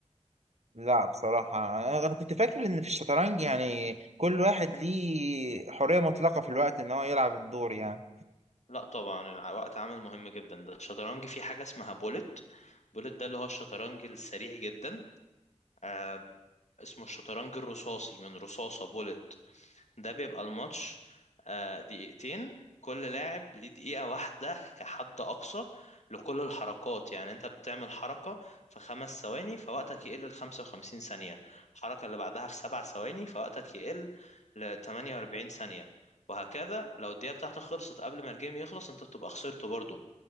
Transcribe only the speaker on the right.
لا بصراحة أنا أنا كنت فاكر إن في الشطرنج يعني كل واحد ليه حرية مطلقة في الوقت إن هو يلعب الدور يعني